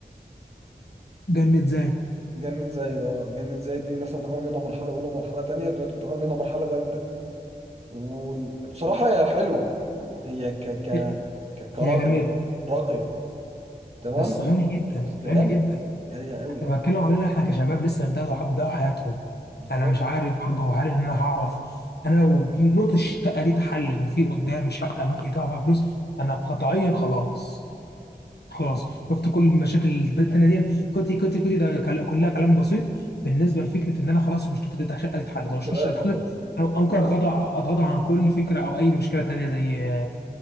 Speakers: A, on the left; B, on the right.
A: جنة زي
B: جنة زايد اه جنة زايد دي الناس هتعمل منها مرحلة أولى ومرحلة تانية دلوقتي بتعمل منها مرحلة تالتة وبصراحة هي حلوة هي ك ك
A: هي
B: ك- كراقية
A: هي جميله
B: راقية تمام
A: بس غاليه جدا
B: بس غالية
A: غاليه جدا
B: غالية قوي
A: انا بتكلم علينا احنا كشباب لسه بيبداوا بيبداوا حياتهم
B: بالظبط
A: انا مش عارف برضه هل ان انا هعرف انا لو نقطة الشقة دي اتحلت وفي قدامي شقة ممكن يدفع فيها فلوس انا قطعيا خلاص خلاص شفت كل المشاكل اللي بقت التانية دي كوتي كوتي كوتي ده كل- كلها كلام بسيط بالنسبه لفكره ان انا خلاص مشكلتي دي شقه تتحل
B: طب
A: لو
B: سؤال
A: مشكلتي الشقه اتحلت
B: سؤال.
A: انا أنا ممكن اتغاضى اتغاضى عن كل فكره او اي مشكله تانية زي